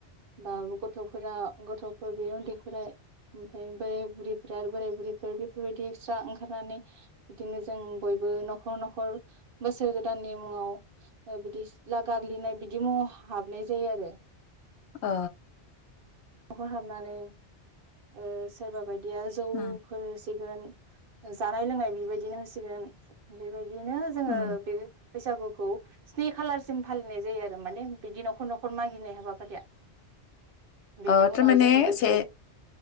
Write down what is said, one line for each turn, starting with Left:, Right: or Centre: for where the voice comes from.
Right: बा गथ'फोरा गथ'फोर बे उन्दैफोरा ओमफफ्राय बोराय बुरैफ्रा आरो बोराय बुरैफोर बेफोरबायदि एक्सट्रा ओंखारनानै बिदिनो जों बयबो न'खर न'खर बोसोर गोदाननि मुङाव ओ बिदि सिला गाग्लिनाय बिदि मुहाव हाबनाय जायो आरो
Left: ओ
Right: <unintelligible> हाबनानै ओ सोरबा बाय दिया जौफोर
Left: उम
Right: होसिगोन जानाय लोंनाय बेबायदिनो होसिगोन बेबाय दिनो जोङो
Left: उम
Right: बे बैसागुखौ स्नि खालारसिम फालिनाय जायो आरो माने बिदि न'खर न'खर मागिनाय हाबाफारिया बेनि
Left: ओ
Right: उनाव
Left: थारमाने
Right: जोङो बेखौ
Left: से